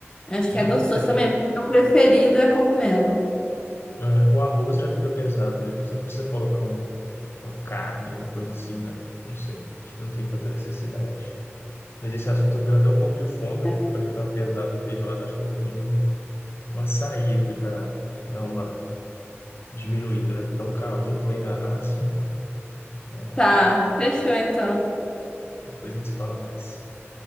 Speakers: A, on the left (about 15°); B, on the left (about 55°).
A: Acho
B: né?
A: que é gostoso
B: É porque
A: também. Meu preferido é cogumelo.
B: é, o arroz já fica pesado, né? Então você não precisa colocar um- uma carne, uma coisa assim, né? Não sei. Acho que não tem tanta necessidade. Mas esse assunto me deu até um pouco de fome.
A: É.
B: Eu falei que eu estava pesado da feijoada. Acho que eu vou pedir um, um açaí aqui para dar uma diminuída, né? Porque tá um calor também danado. <laughs> É,
A: Tá, fechou então.
B: Depois a gente se fala mais.